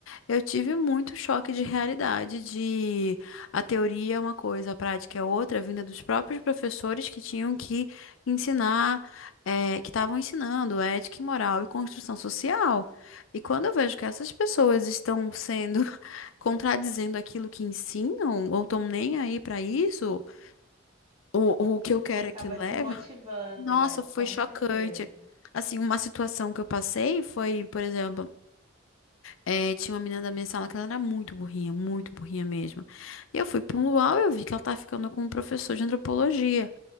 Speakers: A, on the left; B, on the right.
A: eu tive muito choque de realidade, de a teoria é uma coisa, a prática é outra, vinda dos próprios professores que tinham que ensinar, eh, que estavam ensinando ética e moral e construção social. E quando eu vejo que essas pessoas estão sendo <laughs> contradizendo aquilo que ensinam, ou estão nem aí para isso o, o que eu quero
B: Acaba
A: é que leva.
B: desmotivando,
A: Nossa,
B: é,
A: foi
B: com
A: chocante.
B: certeza.
A: Assim, uma situação que eu passei foi, por exemplo, eh, tinha uma menina da minha sala que ela era muito burrinha, muito burrinha mesmo. E eu fui para um luau e eu vi que ela tava ficando com um professor de antropologia.